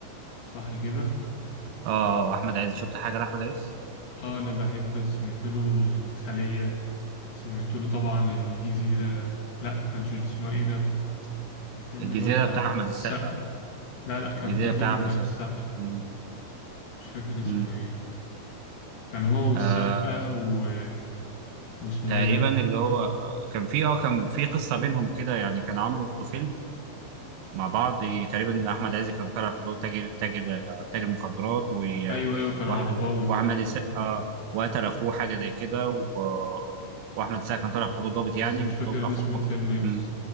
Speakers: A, on the left; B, on the right.
A: وصح كده
B: اه احمد عز شفت حاجه لاحمد عز
A: أه أنا بحب سمعت له الخلية سمعت له طبعا الجزيرة لأ ما كانش اسمها إيه ده الفيلم
B: الجزيره
A: اللي هو بتاع
B: بتاع احمد
A: السقا
B: السقا
A: لا لأ كان
B: الجزيره
A: في فيلم
B: بتاع احمد
A: مع
B: السقا
A: السقا
B: مم.
A: مش فاكر اسمه
B: مم.
A: إيه كان هو والسقا
B: آه
A: و... واسمه
B: تقريبا
A: إيه ده
B: اللي هو كان في اه كان في قصه بينهم كده يعني كان عامله فيلم مع بعض تقريبا احمد عز كان طالع في دور تاجر تاجر تاجر مخدرات و-
A: أيوه أيوه كان
B: و-
A: عرباوي تقريبا
B: واحمد السقا وقتل اخوه حاجه زي كده و- واحمد السقا كان طالع في دور ضابط يعني
A: بس مش فاكر
B: وضابط اخوه
A: اسم الفيلم ايه بس
B: مم.